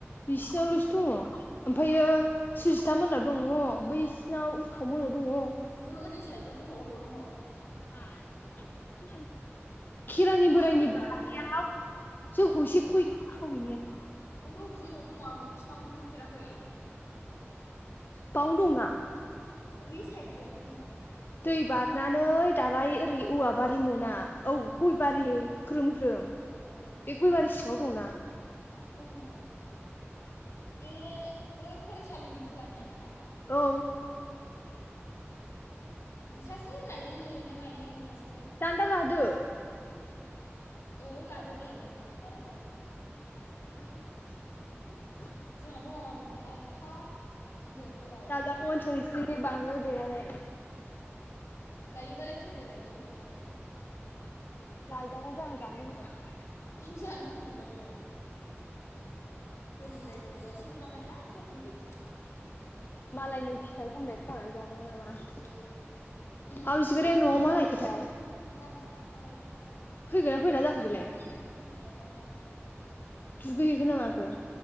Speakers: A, on the left (about 45°); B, on the left (about 75°).
A: बिसिनावल'सो दङ। ओमफायो सुजिथा मोननाव दङ बैसिनाव उरखाव मोननाव दङ।
B: ओहो ओरै साइडजों अबाव अबाव दङ?
A: <unintelligible> खेरानि
B: अबेहाय
A: बोराइनि
B: दङ
A: बारियाव
B: बारियालाय
A: जों खनसे गय खावहैनायालाय।
B: ओंखायनथ अबे जायगायाव दङ आं फिफांखौनो नुफेराखै।
A: बावनो दंना
B: अबे साइडजों दङ?
A: दै बारनानै दालाय ओरै औवा बारि मोना औ गय बारि ग्रोम ग्रोम बे
B: औ
A: गयबारि सिङाव दङना।
B: दङ बे बै फरायसालिनि खोलानिया नामा?
A: औ।
B: ए। नोंस्रासो लायो ना मायो नोंहासो।
A: दानदा लादो।
B: औ लादो दे नोंनो बाराबा।
A: <inaudible>
B: जोङा दङ दंनाया एफ्फा गिदोर गोलाव
A: जाजागौमोन संख्रि बानलु देनानै।
B: लायोबालाय थुदो लायनोसै जानोसै।
A: लायजागौमोनथ' आं जानो लुगैदों।
B: आंबो जानो लुगैदोंमोन। गोरलै गथ' बायदिस मोनलांबायहां गोरलै बायदि।
A: मालायनि फिथाइ हामनाय खावनानै जादों नामा?
B: औ।
A: अ सिबारिआ न'आव मा लायखोथाय?
B: जानो मा लायखोथाया।
A: फैगोन्ना फैला जाखो बेलाय?
B: फैथ'नाय नंलानदां।
A: दुगैहैखोना माखो?